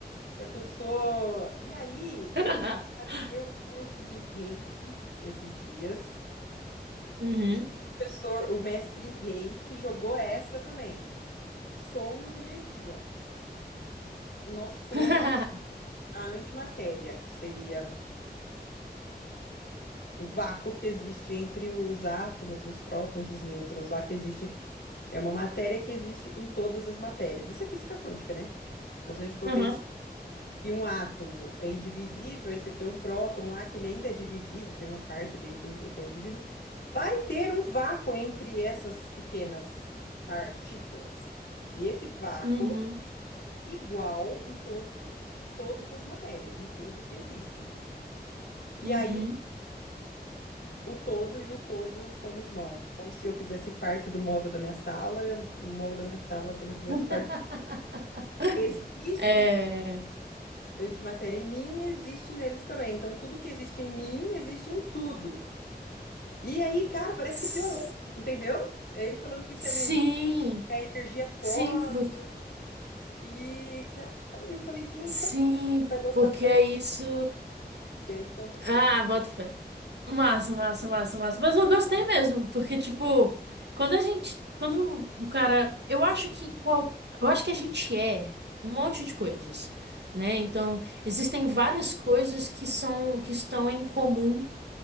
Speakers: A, on the left; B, on the right.
A: Será que eu sou. E aí
B: <laughs>
A: eu fui ter um curso de Reiki esses dias.
B: Uhum.
A: E o professor, o mestre Rei, que jogou essa também. Somos energia. Nós somos
B: <laughs>
A: a antimatéria, que seria o vácuo que existe entre os átomos, os prótons, os nêutrons, lá que existe. É uma matéria que existe em todas as matérias. Isso é física quântica, né? Então, se a gente for
B: Uhum.
A: que um átomo é indivisível, aí você tem um próton lá que ele ainda é divisível, tem uma parte dele que é que é dividível, vai ter um vácuo entre essas pequenas partículas. E esse vácuo
B: Uhum.
A: igual em todos, todas as matérias, em tudo que existe. E
B: Uhum.
A: aí o todo e o todo somos nós. Como se eu fizesse parte do móvel da minha sala, e o móvel da minha sala também fizesse
B: <laughs>
A: parte. Existe
B: É.
A: Antimatéria em mim existe neles também. Então, tudo que existe em mim existe em tudo. E aí, cara, parece
B: S-
A: que piorou, entendeu? É Ele falando que isso
B: Sim,
A: é energia, é energia cósmica.
B: sim, porque,
A: E, cara, eu falei, gente,
B: sim,
A: sabe quem vai gostar
B: porque
A: dessa
B: é isso.
A: coisa? Então, por isso
B: Ah,
A: que eu tô te ligando.
B: boto fé. Massa, massa, massa, massa. Mas eu gostei mesmo, porque, tipo, quando a gente. Quando o cara. Eu acho que qual. Eu acho que a gente é um monte de coisas, né? Então, existem várias coisas que são, que estão em comum